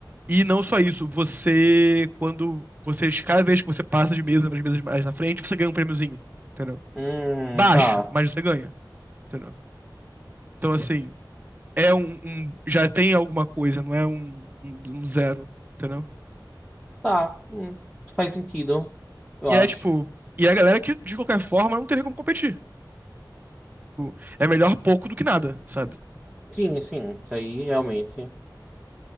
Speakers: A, on the right; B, in the centre.
A: e não só isso, você, quando você, cada vez que você passa de mesa para as mesas mais na frente, você ganha um prêmiozinho, entendeu?
B: Hum,
A: Baixo,
B: tá.
A: mas você ganha, entendeu? Então, assim, é um, um- já tem alguma coisa, não é um, um um zero, entendeu?
B: Tá. Hum, faz sentido, eu
A: E
B: acho.
A: é, tipo, e é a galera que, de qualquer forma, não teria como competir. Tipo, É melhor pouco do que nada, sabe?
B: Sim, sim, isso aí realmente.